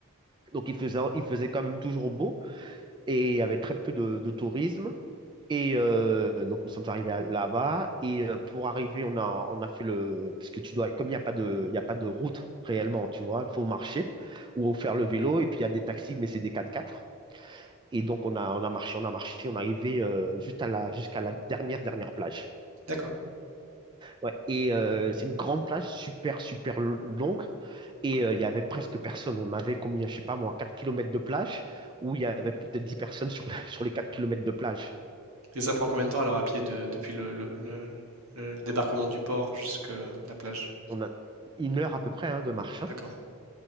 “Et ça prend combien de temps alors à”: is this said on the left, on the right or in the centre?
Right